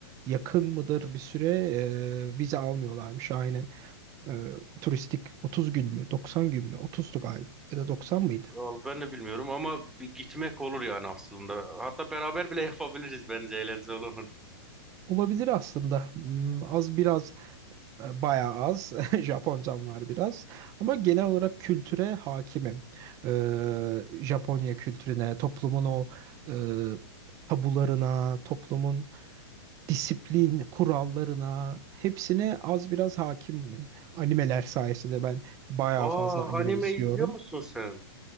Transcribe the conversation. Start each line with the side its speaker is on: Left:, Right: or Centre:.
Right: yakın mıdır bir süre e, vize almıyorlarmış aynen. E, turistik 30 gün mü? 90 gün mü? 30'du galiba ya da 90 mıydı?
Centre: Al, ben de bilmiyorum ama bir gitmek olur yani aslında. Hatta beraber bile yapabiliriz bence eğlenceli olur.
Right: Olabilir aslında. Hmm, Az biraz E, Bayağı az. <laughs> Japoncam var biraz. Ama genel olarak kültüre hakimim. Ee, Japonya kültürüne, toplumun o e, tabularına, toplumun disiplin kurallarına hepsine az biraz hakimim. Animeler sayesinde ben bayağı
Centre: Aa
Right: fazla anime
Centre: anime
Right: izliyorum.
Centre: izliyor musun sen?